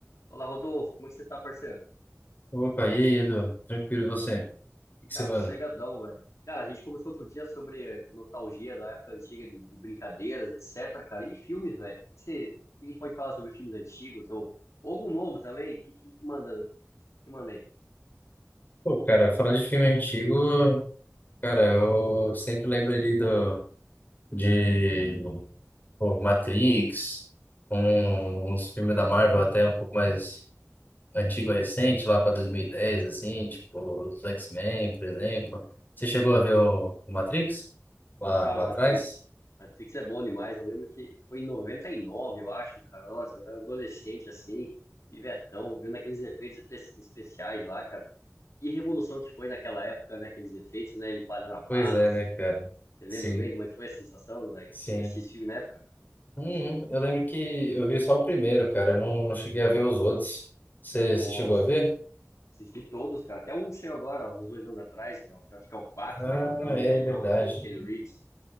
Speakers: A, on the left; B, on the left.
A: Olá, Rodolfo, como é que você tá, parceiro?
B: Opa, e aí, Edu? Tranquilo, e você? O que que
A: Cara,
B: você manda?
A: sossegadão, velho. Cara, a gente conversou outro dia sobre nostalgia da época antiga de, de brincadeiras, etc, cara. E filmes, velho. O que que você, o que que a gente pode falar sobre filmes antigos ou, ou algum novo também? O que, que, que manda, o que, que manda aí?
B: Pô, cara, falando de filme antigo, cara, eu sempre lembro ali do, de pô, Matrix, um, uns filmes da Marvel até um pouco mais antigo, recente, lá para 2010, assim, tipo os X-Men, por exemplo. Você chegou a ver o, o Matrix? Lá,
A: Cara,
B: lá
A: Matrix.
B: atrás?
A: Matrix é bom demais. Eu lembro que foi em 99, eu acho, cara. Nossa, eu era adolescente assim, pivetão, vendo aqueles efeitos espe- especiais lá, cara. Que revolução que foi naquela época, né? Aqueles efeitos, né? Ele parando a bala,
B: Pois é,
A: Você
B: né, cara?
A: lembra
B: Sim,
A: bem como é que foi a sensação, velho,
B: sim.
A: de assistir esse filme na época?
B: Uhum. Eu lembro que eu vi só o primeiro, cara. Eu não, não cheguei a ver os outros. Você
A: Nossa,
B: você chegou a ver?
A: assisti todos, cara. Até um que saiu agora, ó, uns dois anos atrás, que, é o- que eu acho que é o quatro,
B: Ah,
A: né? Que ele tá mais
B: é
A: velhão
B: verdade.
A: lá, o Ken Reeves.